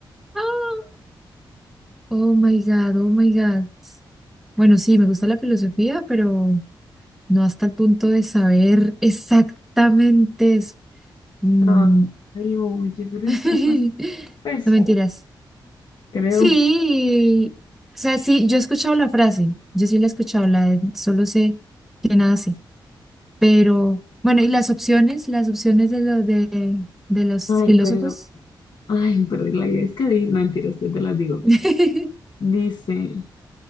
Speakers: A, in the centre; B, on the left (about 60°).
A: Ah. Oh my God, oh my God. Bueno, sí, me gusta la filosofía, pero no hasta el punto de saber exactamente. es- mm,
B: Ah, ay, oye, pero
A: <laughs>
B: está fácil. Pues,
A: No mentiras.
B: creo.
A: Sí, o sea, sí, yo he escuchado la frase, yo sí la he escuchado, la de solo sé que nada sé, pero bueno, y las opciones, las opciones de, lo, de, de los
B: Ay,
A: filósofos.
B: pero, ay, pero la idea es que di, no, mentiras, yo te las digo.
A: <laughs>
B: Dice,